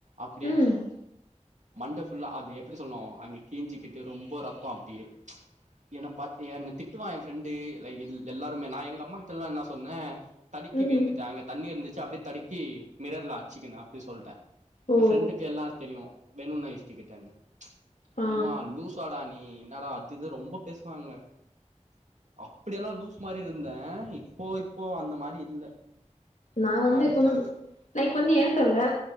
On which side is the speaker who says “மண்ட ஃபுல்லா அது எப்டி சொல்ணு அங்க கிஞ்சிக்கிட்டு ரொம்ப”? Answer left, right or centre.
Right